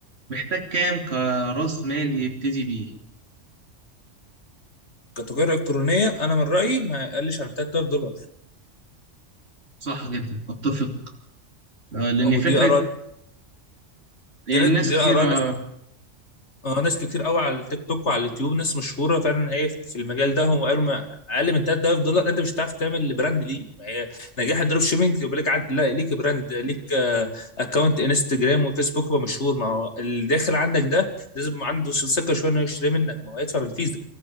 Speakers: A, on the right (about 60°); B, on the left (about 65°).
A: محتاج كام كرأس مال يبتدي بيه
B: كتجارة إلكترونية أنا من رأيي ما يقلش عن 3000 دولار
A: صح جدا اتفق آه لان
B: ودي
A: فكرة
B: آراء
A: يعني
B: دي,
A: ناس
B: دي
A: كتيرة
B: آراء اه ناس كتير قوي على التيك توك وعلى اليوتيوب ناس مشهوره فعلا هي في المجال ده هم قالوا ما اقل من 3000 دولار انت مش هتعرف تعمل براند ليه ما هي نجاح الدروب شيبنج يبقى ليك عد... لا ليك براند ليك اكونت انستجرام وفيسبوك يبقى مشهور ما هو اللي داخل عندك ده لازم يبقى عنده ثقه شويه انه يشتري منك ما هو يدفع بالفيزا